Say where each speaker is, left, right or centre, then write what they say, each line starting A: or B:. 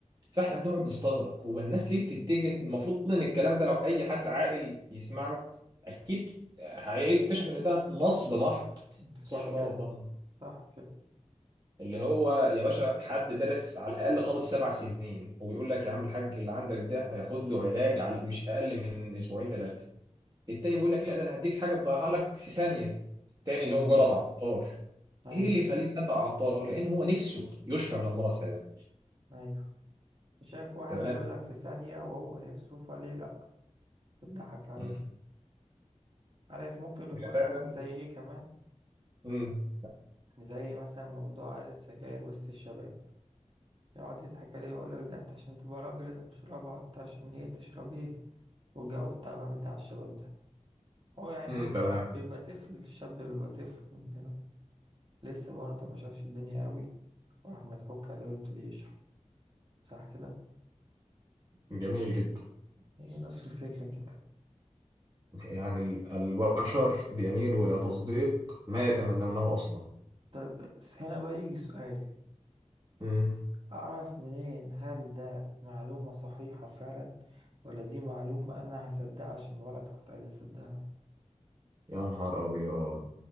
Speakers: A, on the right; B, on the right.
A: فاحنا بنقعد نستغرب هو الناس ليه بتتجه المفروض ان الكلام ده لو اي حد عاقل يسمعه اكيد هيكتشف ان ده نصب محض
B: انت
A: صح
B: كده كده
A: ولا انا غلطان
B: صح كده
A: اللي هو يا باشا حد درس على الاقل خالص سبع سنين ويقول لك يا عم الحاج اللي عندك ده هياخد له علاج على مش اقل من اسبوعين ثلاثه التاني بيقول لك لا ده انا هديك حاجه تضيعها لك في ثانيه التاني اللي
B: مم.
A: هو مجرد عطار
B: ايوه
A: ايه اللي يخليه يصدق عطار لان هو نفسه يشفى من المرض فعلا
B: ايوه شايف واحد
A: تمام
B: بيقولك في ثانية وهو نفسه فليه لأ بتضحك عليه
A: مم.
B: عارف ممكن يكون
A: هي فعلا
B: عامل زي ايه كمان
A: امم
B: زي مثلا موضوع السجاير وسط الشباب يقعد يضحك عليه يقول لك ده انت عشان تبقى راجل لازم تشربها انت عشان ايه تشرب ايه والجو التعبان بتاع الشباب ده هو يعني
A: امم
B: بيبقى
A: تمام
B: را- بيبقى طفل الشاب بيبقى طفل مننا لسه برضه ما شافش الدنيا قوي وراح مضحوك عليه ويبتدي يشرب صح كده
A: جميل جدا
B: هي نفس الفكرة كده
A: يعني ال- البشر بيميلوا إلى تصديق ما يتمنونه أصلا
B: طيب بس هنا بقى يجي سؤال
A: امم
B: أعرف منين هل ده معلومة صحيحة فعلا ولا دي معلومة أنا هصدقها عشان مجرد كنت عايز أصدقها
A: يا نهار أبيض